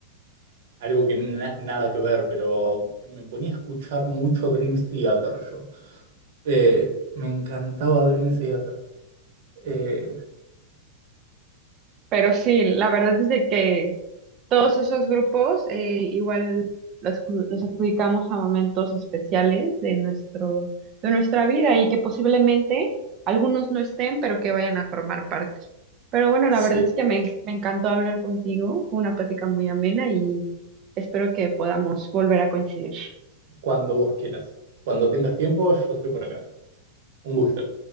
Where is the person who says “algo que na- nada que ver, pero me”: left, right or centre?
Right